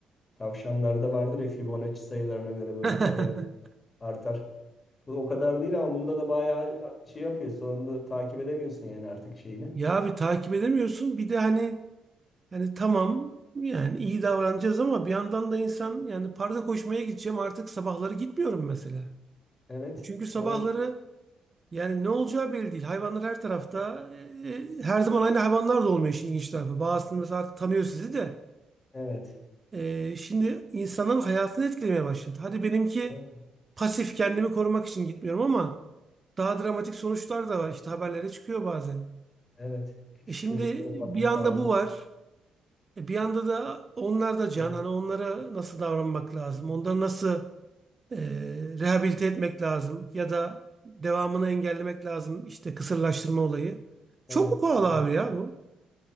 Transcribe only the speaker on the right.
<laughs>
Ya bir takip edemiyorsun. Bir de hani Yani tamam yani iyi davranacağız ama bir yandan da insan yani parka koşmaya gideceğim artık sabahları gitmiyorum mesela.
Çünkü sabahları
yani ne olacağı belli değil. Hayvanlar her tarafta. e, e, her zaman aynı hayvanlar da olmuyor işin ilginç tarafı. Bazısını mesela artık tanıyor sizi de.
E, şimdi insanların hayatını etkilemeye başladı. Hadi benimki
pasif kendimi korumak için gitmiyorum ama daha dramatik sonuçlar da var. İşte haberlere çıkıyor bazen.
E şimdi
bir anda
bu var. E, Bir yanda da onlar da can.
Hani onlara nasıl davranmak lazım? Onları nasıl e, rehabilite etmek lazım? Ya da devamını engellemek lazım. İşte kısırlaştırma olayı. Çok
mu pahalı abi ya bu.